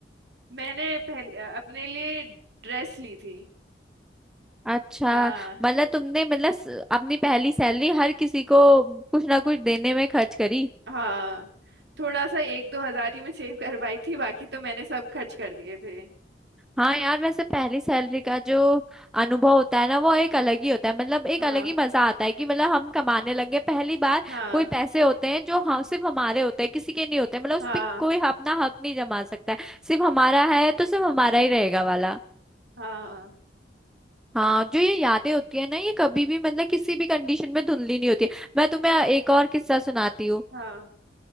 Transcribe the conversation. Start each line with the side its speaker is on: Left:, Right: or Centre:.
Right: मैंने पहले अपने लिए ड्रेस ली थी
Centre: अच्छा
Right: हाँ
Centre: मतलब तुमने मतलब स- अपनी पहली सैलरी हर किसी को कुछ ना कुछ देने में खर्च करी
Right: हाँ थोड़ा सा एक दो हजार ही मैं सेव करवाई थी बाकी तो मैंने सब खर्च कर दिए थे
Centre: हाँ यार वैसे पहली सैलरी का जो अनुभव होता है ना वो एक अलग ही होता है मतलब एक
Right: हाँ
Centre: अलग ही मजा आता है कि मतलब हम कमाने लगे पहली बार
Right: हाँ
Centre: कोई पैसे होते हैं जो हम सिर्फ हमारे होते हैं किसी के नहीं होते मतलब उस
Right: हाँ
Centre: पर कोई अपना हक नहीं जमा सकता है सिर्फ हमारा है तो सिर्फ हमारा ही रहेगा वाला
Right: हाँ
Centre: हाँ जो ये यादें होती है ना ये कभी भी मतलब किसी भी कंडीशन में धुंधली नहीं होती है। मैं तुम्हें एक और किस्सा सुनाती हूँ
Right: हाँ